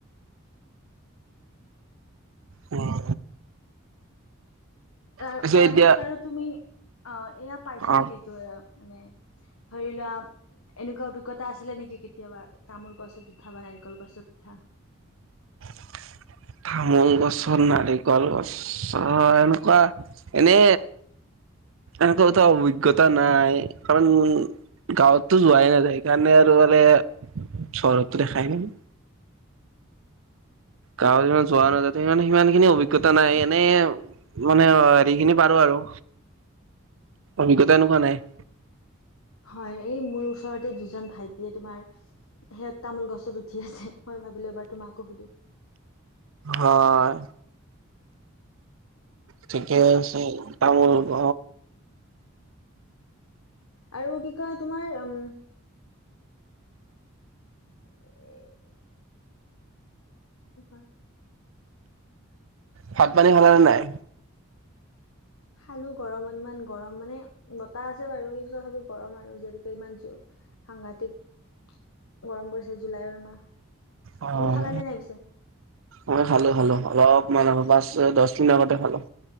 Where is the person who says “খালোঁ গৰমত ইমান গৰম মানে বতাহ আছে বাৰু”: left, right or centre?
Left